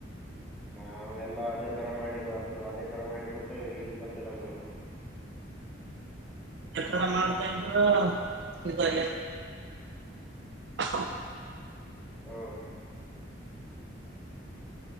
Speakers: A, in the centre; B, on the right.
A: ನಾವ ಎಲ್ಲಾ ಅದೇ ತರ ಮಾಡಿದ ಅದೇ ತರ ಮಾಡಿಬಿಟ್ಟು ಈಸ್ಕಲ್ತಿರೋದು ನಾವು
B: ಎ ತರ ಮಾಡ್ತಾ ಇದ್ರ ಹ
A: ಹ್